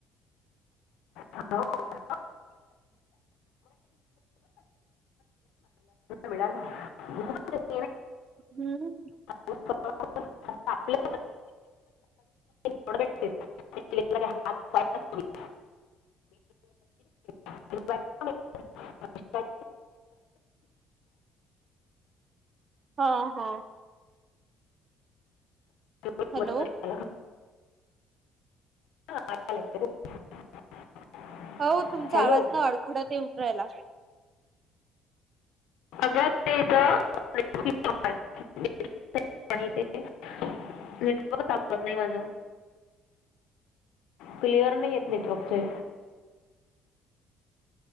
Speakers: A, on the left; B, on the right.
A: हॅलो <inaudible> विळाला <unintelligible> <inaudible>
B: हम्म <unintelligible>
A: होत <unintelligible> आपले <unintelligible> नड ब <unintelligible> <unintelligible> हात ह <unintelligible> आणि बायका मिळतात.
B: हा हा.
A: सर्व
B: हॅलो.
A: बदल झाला. हा, आला ते.
B: हो तुमचा
A: हॅलो
B: आवाज न अडखडत येऊन राहिला.
A: अग तेग <unintelligible> ते नेटवर्क सापडत नाही माझ. क्लिअर नाही येत नेटवर्कचा.